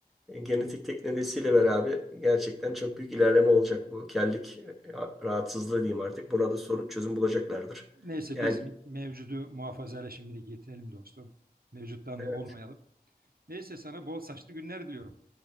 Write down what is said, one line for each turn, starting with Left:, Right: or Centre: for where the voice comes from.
Centre: e, genetik teknolojisiyle beraber gerçekten çok büyük ilerleme olacak bu kellik e, rahatsızlığı diyeyim artık. Buna da sorun çözüm bulacaklardır.
Right: Neyse
Centre: Yani
Right: biz mevcudu muhafazayla şimdilik yetinelim dostum. Mevcuttan
Centre: e,
Right: da olmayalım. Neyse sana bol saçlı günler diliyorum.